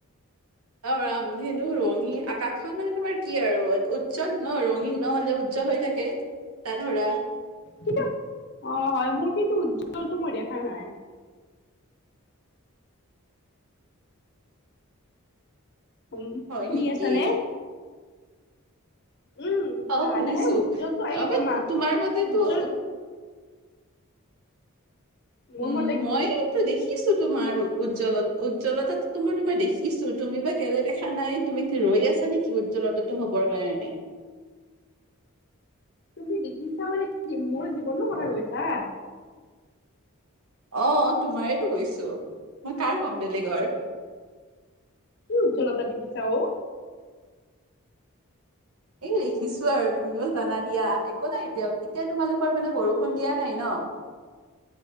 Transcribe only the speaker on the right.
অ', ৰামধনু ৰঙীন আকাশখন মানে তোমাৰ কি আৰু উজ্জ্বল ন ৰঙীন নহ'লে উ উজ্জ্বল হৈ থাকে তাত ধৰা
হয়
নেকি
অ',
শুনিছোঁ
অ', ম
তোমাৰ মতেতো
উম
মই
দেখিছোঁ তোমাৰ উজ্জ্বলত উজ্জ্বলতা তোমাৰ তোমাৰ দেখিছোঁ তুমি বা কেলে দেখা নাই। তুমি ৰৈ আছা নেকি উজ্জ্বলতাটো হ'বৰ কাৰণে।
অ', তোমাৰেতো কৈছোঁ মই কাৰ কম বেলেগৰ।
এই লিখিছোঁ আৰু তুমিও জানা দিয়া একো নাই এতিয়া এতিয়া তোমালোকৰ মানে বৰষুণ দিয়া নাই ন।